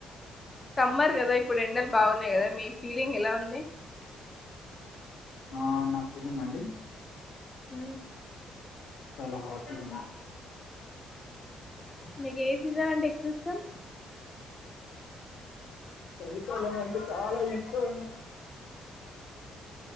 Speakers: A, on the left; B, on the left.
A: సమ్మర్ కదా ఇప్పుడు ఎండలు బాగున్నాయి కదా మీ ఫీలింగ్ ఎలా ఉంది
B: ఆ నా ఫీలింగ్ ఆ అండి
A: ఊ
B: చాల హాట్ వుంది
A: మీకు ఏ సీజన్ అంటే ఎక్కువ ఇష్టం
B: చలికాలం అంటే చాలా ఇష్టం.